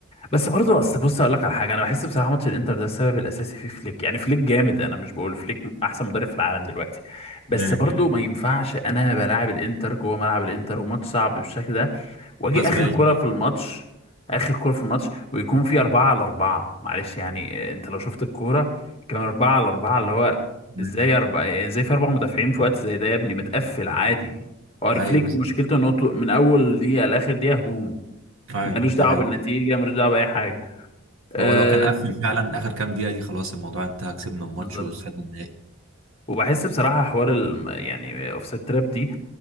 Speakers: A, on the left; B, on the right.
A: بس برضه اصل بص اقول لك على حاجه انا بحس بصراحه ماتش الانتر ده السبب الاساسي فيه فليك يعني فليك جامد انا مش بقول فليك احسن مدرب في العالم دلوقتي بس
B: مم.
A: مم. برضه ما ينفعش انا بلاعب الانتر جوه ملعب الانتر وماتش صعب بالشكل ده واجي
B: غصبان
A: اخر كره بالظبط في الماتش اخر كره في الماتش ويكون في اربعه على اربعه معلش يعني انت لو شفت الكوره كان اربعه على اربعه اللي هو
B: مم.
A: ازاي اربعه ازاي في اربع مدافعين في وقت زي ده يا ابني متقفل عادي هو
B: ايوه
A: فليك
B: بالظبط.
A: مشكلته انه طو- من اول دقيقه لاخر دقيقه هجوم
B: ايوه
A: ملوش
B: دي
A: دعوه
B: حقيقة
A: بالنتيجه ملوش دعوه باي حاجه آه
B: هو لو كان قفل فعلا اخر كام دقيقة دي خلاص الموضوع انتهى كسبنا الماتش
A: بالظبط
B: وصعدنا النهائي
A: وبحس بصراحة حوار ال... يعني اوفسايد تراب دي